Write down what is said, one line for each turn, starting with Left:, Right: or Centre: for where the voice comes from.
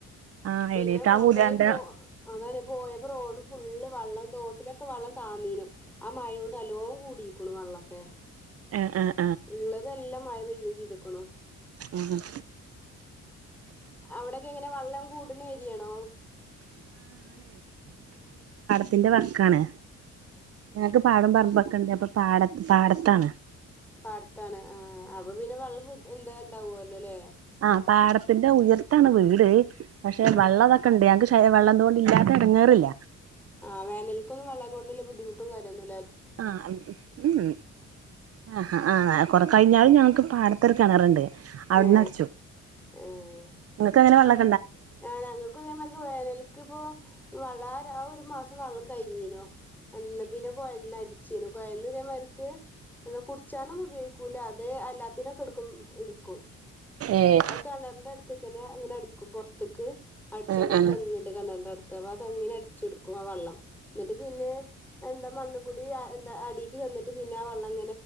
Right: ആഹ്
Centre: പിന്ന
Right: എണീക്കാൻ
Centre: മാ
Right: പൂതിയാവ്ണ്ട്
Centre: തായി പോ അതാണ് പോയപൊ റോഡും ഫുള്ള് വള്ളം തൊട്ടിലൊക്കെ വള്ളം താന്നീനു ആ മയോണ്ട് നല്ലോം കൂടി കുണു വള്ളം ഒക്കെ
Right: എ ആ
Centre: ഇള്ളത് നല്ലം മഴ പെയ്യും ചിതുകുണു
Right: ഉം ഉം
Centre: അവ്ടെക്കെങ്ങനെ വള്ളം കൂട്ണ ഏരിയേ ണോ
Right: തിന്റെ വക്കാണ് ഞങ്ങക് പാടം പറമ്പ് ഒക്കണ്ടേ അപൊ പാടത് പാടത്താണ്
Centre: പാടത്താണ് ആഹ് അപൊ പിന്നെ വള്ളം വിട് എന്താ ണ്ടാവോലലെ
Right: ആ പാടത്തിന്റെ ഉയര്ത്താണ് വീട് പഷേ
Centre: ആഹ്
Right: വള്ളം തൊക്കണ്ട് ഞങ്ങക് ഷ് ഏഹ് വള്ളംതോണ്ട് ഇല്ലാത്തെടങ്ങേറില്ല
Centre: ആഹ് വേനൽകും വള്ളം കൊണ്ട് ല്ല ബുദ്ധിമുട്ടും കാര്യൊന്നു
Right: ആഹ് ഉം ആഹ് ആ കുറെ കഴിഞ്ഞാലും ഞങ്ങക് പാടത്തൊരു കെണറ്ണ്ട് അവ്ട്ന്ന്
Centre: ഏഹ്
Right: അടിച്ചും
Centre: ഏഹ്
Right: ഇങ്ങക്കെങ്ങനെ വള്ളം
Centre: ആഹ് ഞങ്ങകും ഇതേ മാരിക് വേനൽക് ഇപൊ വള്ളാ രാ ആ ഒരു മാസം വള്ളം കഴിഞ്ഞീനു എന്ന് പിന്നെ കൊയൽ ന്ന് അട് ച്ചിനു കൊയൽന്ന് ഇതേ മാതിരിക്ക് വെള്ളം കുടിച്ചാൻ ഒന്നും ഉപയോഗിക്കൂല്ല അത് അല്ലാത്തീനൊക്കെ ഇടുക്കും ഇടുക്കും
Right: ഏഹ്
Centre: അത്‌ കിണറിന്റെ അടുത്ത്ക്കന്നെ അങ്ങനെ അടിക്കും പൊർ തൊക്കെ അടിച്ച
Right: ആഹ്
Centre: അവിടെ ഒരു
Right: ആഹ്
Centre: തെങ്ങ് ഇണ്ട് കിണറിന്റെ അടുത്ത് ചില ഭാഗത്തു ഇങ്ങനെ അടിച്ചു കൊടുക്കും വെള്ളം എന്നിട്ട് പിന്നെ എന്താ മണ്ണികുടെഎന്താ അടിക്ക് ചെന്നിട്ട് അങ്ങനെ വെള്ളം